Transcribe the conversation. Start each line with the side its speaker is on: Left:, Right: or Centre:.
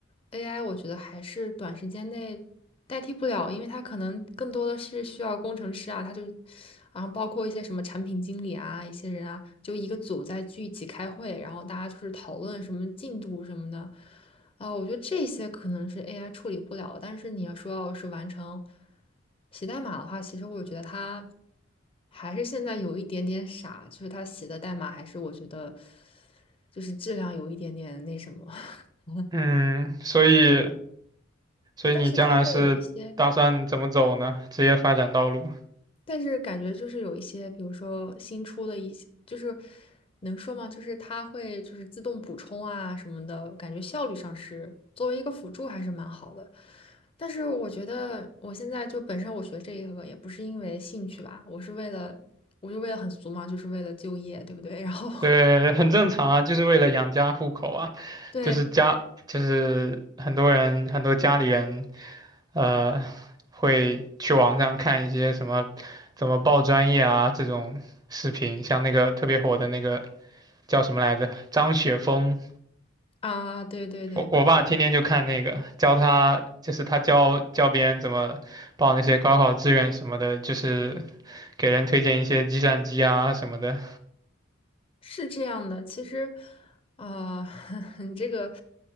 Left: AI 我觉得还是短时间内代替不了，因为它可能更多的是需要工程师啊，他就，然后包括一些什么产品经理啊，一些人啊，就一个组在聚一起开会，然后大家就是讨论什么进度什么的。啊，我觉得这些可能是 AI 处理不了但是你要说要是完成写代码的话，其实我觉得它还是现在有一点点傻，就是它写的代码还是我觉得就是质量有一点点那什么，<laughs>
Right: 嗯，所以所以你将来是打算怎么走呢？
Left: 但是它会有一些
Right: 职业发展道路？
Left: 但是感觉就是有一些，比如说新出的一些，就是能说吗？就是它会就是自动补充啊什么的，感觉效率上是作为一个辅助还是蛮好的。但是我觉得我现在就本身我学这一个也不是因为兴趣吧，我是为了，我就为了很俗嘛，就是为了就业，对不对？然后
Right: 对，很正常啊，就是为了养家糊口啊，
Left: <laughs> 对
Right: 就是家，就是很多人，很多家里人，呃，会去网上看一些什么怎么报专业啊这种视频，像那个特别火的那个叫什么来着，张雪峰，
Left: 啊，对对对。
Right: 我我爸天天就看那个，教他就是他教教别人怎么报那些高考志愿什么的，就是给人推荐一些计算机啊什么的。
Left: 是这样的，其实，啊、<laughs> 你这个